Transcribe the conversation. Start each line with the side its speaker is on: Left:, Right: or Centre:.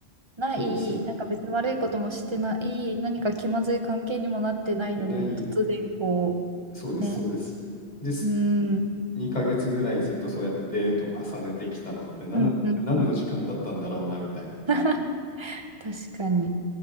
Right: ない、
Left: そうです。
Right: なんか別に悪いこともしてない、何か気まずい関係にもなってないのに、
Left: で、ない、
Right: 突然こ
Left: そうです、
Right: う、ね、
Left: そうです。です。
Right: うーん、
Left: 2ヶ月ぐらいずっとそうやってデートを重ねてきたのって何、
Right: うんうんうん。
Left: 何の時間だったんだろうなみたいな。
Right: <laughs> 確かに。